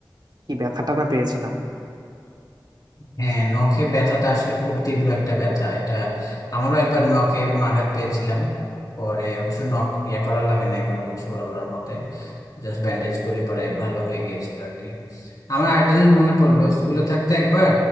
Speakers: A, on the right; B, on the left.
A: কি ব্যথাটা না পেয়েছিলাম
B: হ্যাঁ নখে ব্যথাটা আসলে খুব তীব্র একটা ব্যথা এটা আমারও একবার নখে এরকম আঘাত পেয়েছিলাম পরে অবশ্য নখ ইয়া করা লাগে নাই কোনো কিছু আল্লাহর মতে জাস্ট ব্যান্ডেজ করে পরে ভালো হয়ে গিয়েছিল আর কি আমার আরেকটা জিনিস মনে পড়লো স্কুলে থাকতে একবার